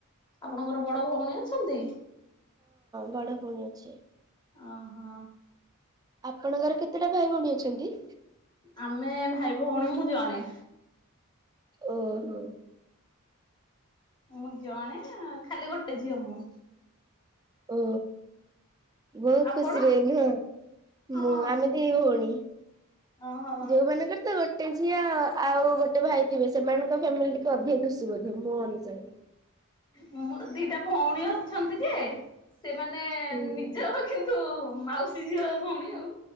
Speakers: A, on the left; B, on the right.
A: ଆପଣଙ୍କର ବଡ ଭଉଣୀ ଅଛନ୍ତି।
B: ବଡ଼ ଭଉଣୀ ଅଛି।
A: ଓ ହୋ।
B: ଆପଣଙ୍କର କେତେଟା ଭାଇ ଭଉଣୀ ଅଛନ୍ତି।
A: ଆମେ ଭାଇ ଭଉଣୀ ମୁଁ ଜଣେ।
B: ଓ ହୋ।
A: ମୁଁ ଜଣେ ଖାଲି ଗୋଟେ ଝିଅ ମୁଁ।
B: ଓ ବହୁତ
A: ଆପଣ?
B: ଖୁସିରେ ନୁହଁ
A: ହଁ
B: ମୁଁ ଆମେ ଦି ଭଉଣୀ।
A: ଓହୋ
B: ଯୋଉମାନଙ୍କର ତ ଗୋଟେ ଝିଅ ଆଉ ଗୋଟେ ଭାଇ ଥିବେ ସେମାନଙ୍କ ଫ୍ୟାମିଲି ଟିକେ ଅଧିକ ଖୁସି ବୋଧେ ମୋ ଅନୁ ଯାଇ
A: ମୋର ଦିଟା ଭଉଣୀ ଅଛନ୍ତି ଯେ ସେମାନେ
B: ହୁଁ।
A: ନିଜର କିନ୍ତୁ ମାଉସୀ ଝିଅ ଭଉଣୀ ଆଉ।